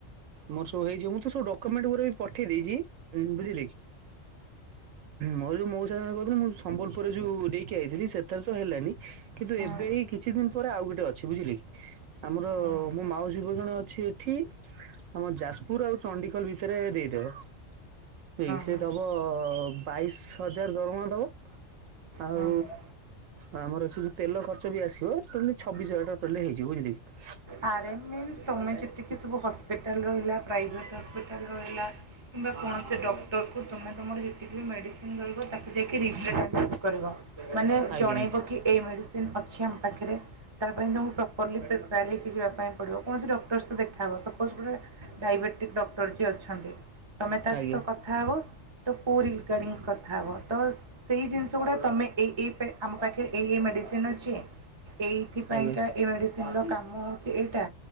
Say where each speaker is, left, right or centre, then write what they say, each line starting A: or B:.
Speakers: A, on the right; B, on the right.
A: ମୋର ସବୁହେଇଯିବ ମୁଁ ତ ସବୁ ଡକ୍ୟୁମେଣ୍ଟ ଗୁରା ବି ପଠେଇ ଦେଇଚି ହୁଁ ବୁଝିଲେ ମୋର ବି <unintelligible> ମୁଁ ସମ୍ବଲପୁରରେ ଯଉ ଦେଇକି ଆଇଥିଲି ସେଥିରେ ତ ହେଲାନି କିନ୍ତୁ
B: ହଁ
A: ଏବେ ଏଇ କିଛି ଦିନ ପରେ ଆଉ ଗୋଟେ ଅଛି ବୁଝିଲେ। ଆମର
B: ହଁ
A: ମୋ ମାଉସି ପୁଅ ଜଣେ ଅଛି ଏଠି ଆମ ଯାଜପୁର୍ ଆଉ ଚଣ୍ଡିଖୋଲ୍ ଭିତରେ ଦେଇଦେବ। ଏଇ ସେ
B: ହଁ
A: ଦବ ବାଇଶ୍ ହଜାର୍ ଦରମା ଦବ ଆଉ
B: ହଁ ହଁ।
A: ଆମର <unintelligible> ତେଲ ଖର୍ଚ୍ଚ ବି ଆସିବ ଟୋଟାଲି ଛବିଶ୍ ହଜାର <unintelligible> ହେଇଯିବ। ଯି-ବୁଝିଲେ କି।
B: ଆରେ ମିନ୍ସ୍ ତମେ ଯେତିକି ସବୁ ହସ୍ପିଟାଲ୍ ରହିଲା ପ୍ରାଇଭେଟ୍ ହସ୍ପିଟାଲ୍ ରହିଲା କିମ୍ବା କୌଣସି ଡକ୍ଟର କୁ ତମେ ତମର ଯେତିକି ବି ମେଡିସିନ୍ ରହିବ ତାକୁ ଦେଖିଦେଇଚି <unintelligible> ମାନେ
A: ଆଜ୍ଞା
B: ଜଣେଇବ କି ଏଇ ମେଡ଼ିସିନ୍ ଅଛି ଆମ ପାଖେରେ ତା ପାଇଁ ତମକୁ ପ୍ରପର୍ଲି ପ୍ରିପେୟାର୍ ହେଇକି ଯିବା ପାଇଁ ପଡ଼ିବ କୌଣସି ଡ ଡକ୍ଟର ସହିତ ଦେଖାହେବ ସପୋଜ୍ ଗୋଟେ ଡାଇବେଟିକ୍ ଡକ୍ଟର ଯିଏ ଅଛନ୍ତି ତମେ ତା
A: ଆଜ୍ଞା ଆଜ୍ଞା
B: ସହିତ କଥ୍ କଥା ହବ ତ ପୁ- ରିକାର୍ଡିଙ୍ଗସ୍ କଥା ହବ ତ ସେଇ ଜିନିଷ ଗୁଡ଼ା ତମେ ଏଇ ଏଇ ଆମ ପାଖେ ଏଇ ଏଇ ମେଡ଼ିସିନ୍ ଅଛି ଏଇଥିପାଇଁକା
A: ଆଜ୍ଞା
B: ଏ ମେଡିସିନ୍ ର କାମ ହଉ ଯେ ଏଇଟା